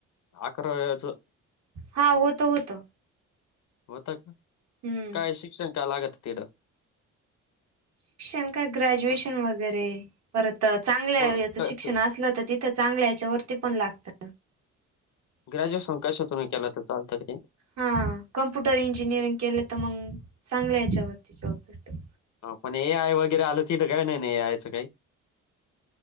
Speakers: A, on the left; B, on the right.
A: अकराळ्याचं.
B: हा होत होतं.
A: होता का
B: हम्म
A: काय शिक्षण काय लागत तिथ.
B: शिक्षण का ग्रॅज्युएशन वगैरे परत चांगल्या
A: को-
B: याच
A: क-
B: शिक्षण असलं तर ति चांगल्या याच्यावरती पण लागतात.
A: ग्रॅज्युएशन कशातुन ही केलं तरी चालतंय.
B: हा कम्प्युटर इंजिनिअरिंग केलं तर मग चांगलं याच्यावरती जॉब भेटतो.
A: पण ए आय वगैरे आलं तिथं काही नाही नाही ए आयचं काही?